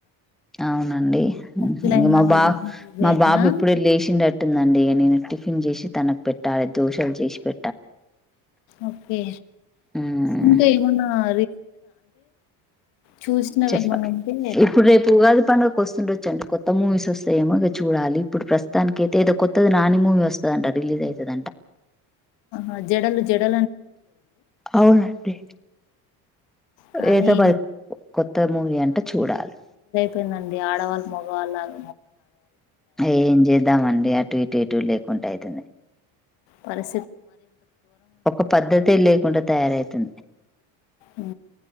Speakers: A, in the centre; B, on the left.
A: అవునండి హుహు
B: పక్షులైనా
A: మా బాబ
B: ఇవేనా
A: మా బాబు ఇప్పుడే లేచిండట్టుందండి నేను టిఫిన్ చేసి తనకు పెట్టాలి దోషాలు చేసి పెట్టాలండి
B: ఓకే
A: మ్మ్
B: ఇంకా ఏమన్నా రీసెంట్ గా అం చూసినవి
A: చెప్ప
B: ఏమన్నా ఉంటే
A: ఇప్పుడు రేపు ఉగాది పండుగకు వస్తుండొచ్చండి కొత్త మూవీస్ వస్తాఏమో ఇగ చూడాలి ఇప్పుడు ప్ర దానికి అయితే ఏదో కొత్తది నానిమూవీ వస్తుంది టా రిలీజ్ అయతదంట
B: ఆ జడలు జడలు అనేది ఉంది కదండి.
A: అవునండి
B: కానీ
A: ఏదో మది కొత్త మూవీ అంట చూడాలి
B: మొగవాళ్ళ మొగోళ్ళ ఆడవాళ్ళ
A: ఏం చేద్దామండి అటు ఇటు ఎటు లేకు వంటఅయితుంది.
B: పరిస్థితులు మరింత
A: ఒక పద్ధతే లేకుండా తయారైతుంది
B: ఉ